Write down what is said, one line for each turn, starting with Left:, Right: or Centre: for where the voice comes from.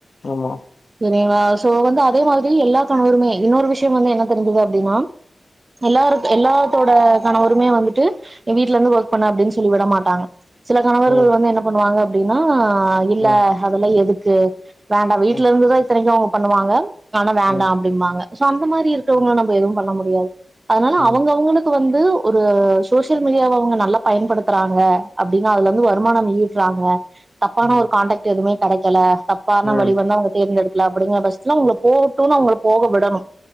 Left: ஆமா
Right: செரிங்களா சோ வந்து அதே மாதிரி எல்லா கணவருமே இன்னொரு விஷ்யோ வந்து என்ன தெரிஞ்சது அப்டின்னா எல்லாருக் எல்லாத்தோட கணவ மட்டுமே வந்துட்டு வீட்டுல இருந்து ஒர்க் பண்ணு அப்டின்னு சொல்லி விட மாட்டாங்க சில கணவர்கள்
Left: ம்
Right: வந்து என்ன பண்ணுவாங்க அப் அப்டினா ஹ இல்ல
Left: ம்
Right: ஹதெல்லா எதுக்கு க வேண்டாம் வீட்டுல
Left: ம்
Right: இருந்துதான் இத்தனைக்கு அவ் பண்ணுவாங்க அதுனால, வேண்டாம்
Left: ம்
Right: அப்டிம்பாங்க சோ அந்தமாரி சுத்தி இருக்கவங்க நம்ம எதுவும் பண்ண முடியாது அதனால
Left: ம்
Right: அவங்கவுங்களுக்கு வந்து இது ஒரு சோசியல் மீடியாவ அவுங்க நல்லா பயன்படுத்துறாங்க அப்டின்னா அதுல இருந்து வருமானம் ஈட்டுறாங்க தப்பான
Left: ம்
Right: ஒரு கான்டக்ட் எதுவுமே கெடைக்கல தப்பான
Left: ம் ம் ம்
Right: வழி வந்து அவுங்க தேர்ந்தெடுக்க அப்படிங்கற பட்சதல உங்க போகட்டும்ன்னு அவுங்கள போக விடணும்